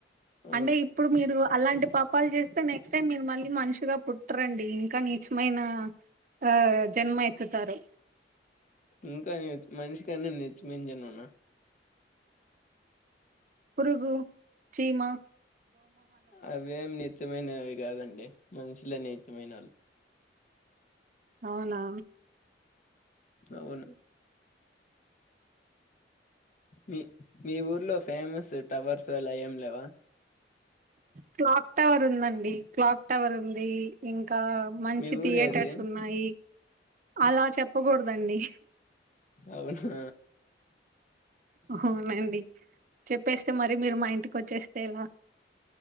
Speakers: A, on the left; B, on the right.
A: అవును
B: అంటే ఇ ఇప్పుడు మీరు అలాంటి పాపాలు చేస్తే నెక్స్ట్ టైమ్ మీరు మళ్ళీ మనిషిగా పుట్టరండి ఇంకా నీచమైన ఆ జన్మ ఎత్తుతారు
A: ఇంకా నీచ్ మనిషి కన్నా నీచమైన జన్మనా
B: పురుగు చీమా
A: అవేం నీచమైనవి కాదండి మనుషులే నీచమైన వాళ్ళు
B: అవునా
A: అవును మీ మీ ఊర్లో ఫేమస్ టవర్స్ అలా ఏం లేవా
B: క్లాక్ టవర్ ఉందండి క్లాక్ టవర్ ఉంది ఇంకా మంచి
A: మీ
B: థియేటర్స్
A: ఊరు ఏది
B: ఉన్నాయి
A: ఉమ్,
B: అలా చెప్పకూడదండి
A: అవునా
B: అవునండి చెప్పేస్తే మరి మీరు మా ఇంటికి వచ్చేస్తే ఎలా